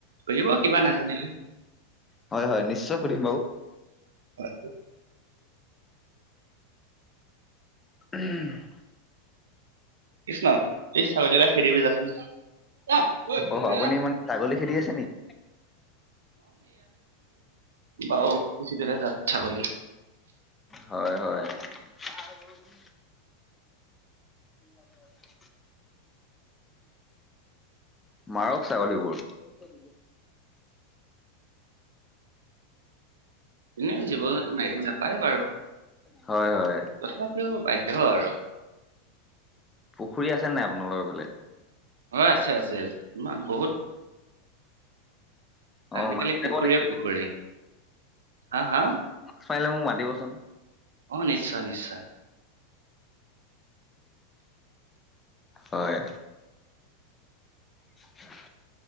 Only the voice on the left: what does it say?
হয় হয় নিশ্চয় সুধম বাৰু
উম
অ আপুনি মানে ছাগলী খেদি আছে নেকি
হয় হয় আৰু উ ধন্যবাদটো মাৰক ছাগলীবোৰ ৰিলোৰি
হয় হয়
পুখুৰী আছে নাই আপোনালোকৰ ফালে
অ
ন
চাইিলে মোক মাতিবচোন
হয় হয়